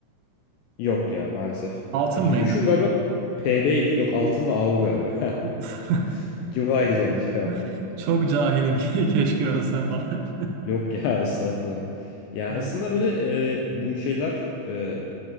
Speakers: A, on the left (about 85°); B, on the right (about 80°).
A: Yok ya maalesef.
B: Altın
A: Ya, gümüşün
B: mıydı?
A: galiba PB'ydi. Yok altın da AU galiba. <laughs>
B: Uf.
A: Cıvaydı yanlış cevap.
B: <laughs> Çok cahilim. <laughs> Keşke ölsem falan. <laughs>
A: Yok ya <laughs> estağfurullah. Yani
B: Evet,
A: aslında böyle e, bu şeyler e,